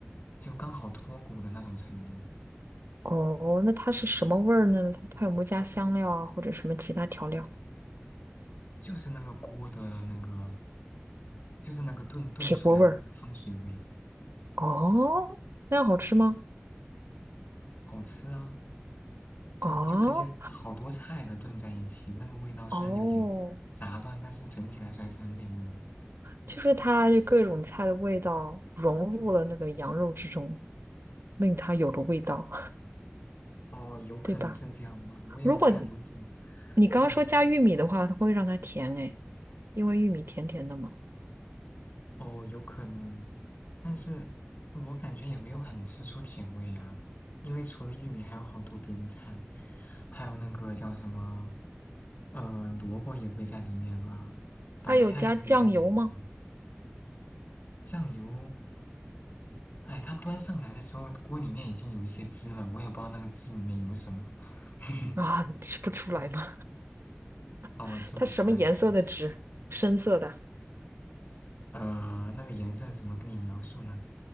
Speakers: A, on the left (about 45°); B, on the right (about 65°).
A: 就刚好脱骨的那种程度，
B: 哦，那它是什么味儿呢？它它有没有加香料啊，或者什么其他调料？
A: 就是那个锅的那个，就是那个炖炖出来的那个汤水味，
B: 铁锅味儿。哦，那样好吃吗？
A: 好吃啊！就就那些好多菜的炖在一起，
B: 哦
A: 那个味道虽然有点杂乱，
B: 哦，
A: 但是整体来说还是很美味的。
B: 就是它就各种菜的味道融入了那个羊肉之中，令它有了味道，
A: 哦，
B: <laughs>
A: 有可能是这样吧，
B: 对吧？
A: 我也不太理解。
B: 如果你刚刚说加玉米的话，
A: 嗯，
B: 它会让它甜诶。因为玉米甜甜的嘛。
A: 哦，有可能，但是我感觉也没有很吃出甜味啊，因为除了玉米，还有好多别的菜，还有那个叫什么，呃，萝卜也会在里面啊，白菜也会在里面啊
B: 它有加酱油吗？
A: 酱油，哎，它端上来的时候，锅里面已经有一些汁了，我也不知道那个汁里面有什么，<laughs>
B: 啊，你吃不出来吗？
A: 哦，
B: <laughs>
A: 我吃不出来，
B: 它什么颜色的纸？
A: 对不起。
B: 深色的。
A: 呃，那个颜色怎么跟你描述呢？